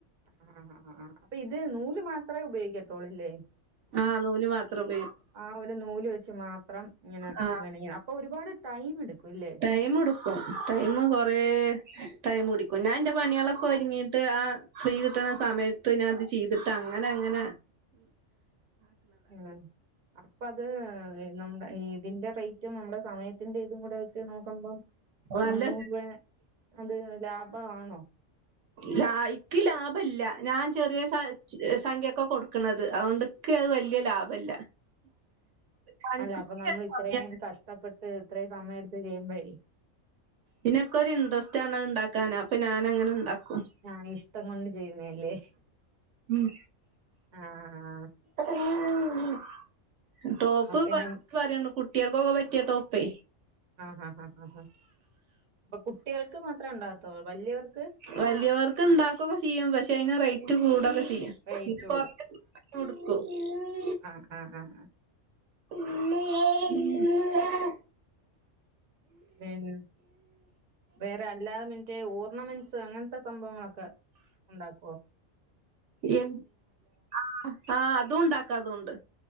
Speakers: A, on the right; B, on the right.
A: ആ ആ ആഹ് അപ്പയിത് നൂല് മാത്രേ ഉപയോഗിക്കത്തോളൂല്ലേ
B: ആ നൂല് മാത്രേ ഉപ
A: ആ ഒരു നൂല് വെച്ച് മാത്രം ഇങ്ങനെ
B: ആഹ്
A: വേണെങ്കി അപ്പൊ ഒരുപാട് ടൈം എടുക്കുല്ലേ
B: ടൈമെടുക്കും ടൈമ് കൊറെ ടൈമ കുടിക്കും ഞാൻ എന്റെ പണികളൊക്കെ ഒരുങ്ങിട്ട് ആ ഫ്രീ കിട്ടണ സമയത്ത് ഞാ അത് ചെയ്തിട്ട് അങ്ങനങ്ങനെ
A: ആ അപ്പ അത് നമ്മടെ ഇതിന്റെ റേറ്റും നമ്മുടെ സമയത്തിന്റെ ഇതും കൂടെ വെച്ച് നോക്കുമ്പം
B: നല്ല
A: മുന്നൂറേ അത് ലാഭ ആണോ
B: ല ഇക്ക് ലാഭല്ല ഞാൻ ചെറിയ സ സംഖ്യൊക്കെ കൊടുക്കണത് അതോണ്ട് ക്ക് അത് വല്യ ലാഭല്ല പണിക്കൂലി
A: അല്ല അപ്പ നമ്മളിത്രയും കഷ്ടപ്പെട്ട് ഇത്രയും സമയം എടുത്ത് ചെയ്യുമ്പഴി
B: ഇതിനൊക്കൊരു ഇൻ്റർസ്റ്റാണ് ഇണ്ടാക്കാൻ അപ്പ ഞാനങ്ങനെ ഇണ്ടാക്കും
A: ആ ഇഷ്ടം കൊണ്ട് ചെയ്യുന്നേല്ലേ
B: ഉം
A: ആഹ്
B: <unintelligible> ടോപ്പ്
A: അപ്പൊ പിന്നെ
B: പറയ <unintelligible> കുട്ടികൾക്കൊക്കെ പറ്റിയ ടോപ്പേ
A: ആ ഹാ ഹാ ഹാ അപ്പൊ കുട്ടിയൾക്ക് മാത്രേ ഒണ്ടാത്തോ വലിയവർക്ക്
B: വല്ല്യോർക്ക് ഇണ്ടാക്കൊക്കെ ചെയ്യും പക്ഷെ അയ്ന് റേറ്റ് കൂടൊക്കെ ചെയ്യും
A: റേറ്റ്
B: <unintelligible> കൊട്ക്കും
A: ആഹ് ആഹ് ആഹ്
B: <unintelligible>
A: <unintelligible> വേറെ അല്ലാതെ മറ്റേ ഓർണമെൻസ് അങ്ങൻത്തെ സംഭവങ്ങളക്കെ ഉണ്ടാക്കോ
B: എപ്പ് ആഹ് ആഹ് അതുണ്ടാക്ക അതോണ്ട്